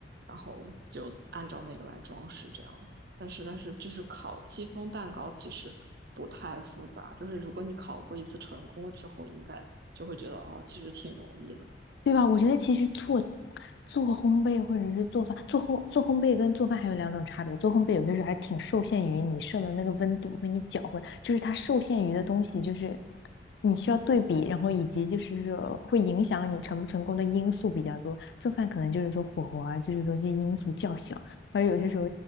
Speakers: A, on the right (about 55°); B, on the left (about 60°).
A: 然后就按照那个来装饰这样。但是但是就是烤戚风蛋糕其实不太复杂，就是如果你烤过一次成功了之后，应该就会觉得哦，其实挺容易的。
B: 对吧？我觉得其实做做烘焙或者是做饭，做烘做烘焙跟做饭还有两种差别。做烘焙有些时候还挺受限于你设的那个温度和你搅和，就是它受限于的东西，就是你需要对比，然后以及就是说会影响你成不成功的因素比较多。做饭可能就是说火候啊，就是说这些因素较小，而有些时候